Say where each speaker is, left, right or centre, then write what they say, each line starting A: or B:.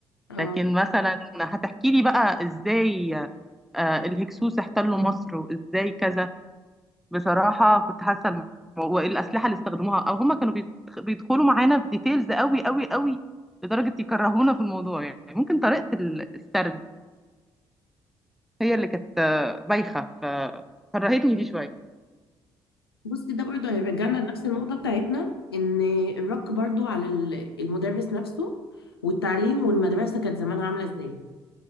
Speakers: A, on the left; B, in the centre.
A: اه
B: لكن مثلا هتحكي لي بقى ازاي آه، الهكسوس احتلوا مصر وازاي كذا بصراحه كنت حاسه الم- والاسلحه اللي استخدموها او هم كانوا بيدخ- بيدخلوا معانا في ديتيلز قوي قوي قوي لدرجه يكرهونا في الموضوع يعني ممكن طريقه ال- السرد هي اللي كانت آه، بايخة ف- فكرهتني فيه شوية
A: بصي ده برضه هيرجعنا لنفس النقطه بتاعتنا ان الرق برضه على ال- المدرس نفسه والتعليم والمدرسه كانت زمان عامله ازاي